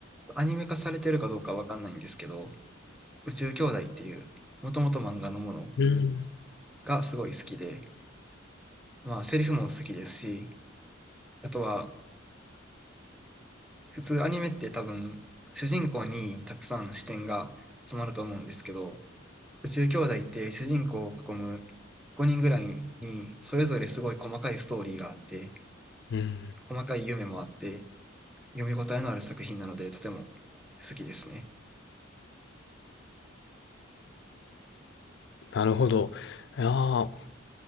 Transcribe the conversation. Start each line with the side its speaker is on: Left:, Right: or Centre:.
Centre: ー、アニメ化されてるかどうかわかんないんですけど、宇宙兄弟っていう、もともと漫画のもの
Left: うん。
Centre: がすごい好きで、まあセリフも好きですし、あとは普通アニメって多分主人公にたくさん視点が集まると思うんですけど、宇宙兄弟って主人公を囲む5人ぐらいにそれぞれすごい細かいストーリーがあって、
Left: うん。
Centre: 細かい夢もあって、読み応えのある作品なのでとても好きですね。
Left: なるほど。いやー、